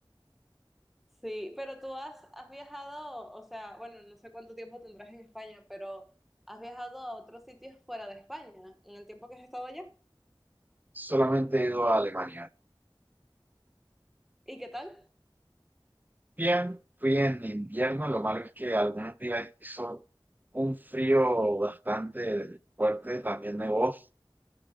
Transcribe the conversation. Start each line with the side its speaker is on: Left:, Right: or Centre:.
Centre: Sí, pero tú has, has viajado, o sea, bueno, no sé cuánto tiempo tendrás en España, pero has viajado a otros sitios fuera de España en el tiempo que has estado allá.
Right: Solamente he ido a Alemania.
Centre: ¿Y qué tal?
Right: Bien, fui en invierno, lo malo es que algunos días hizo un frío bastante fuerte, también de voz.